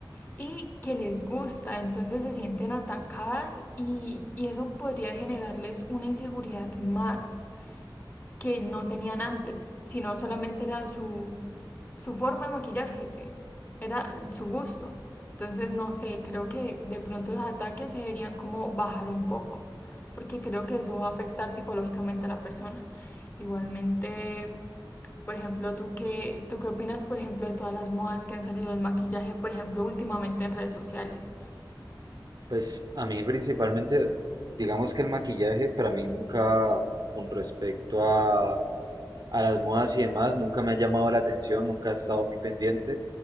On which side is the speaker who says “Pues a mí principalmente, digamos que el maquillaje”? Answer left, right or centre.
Right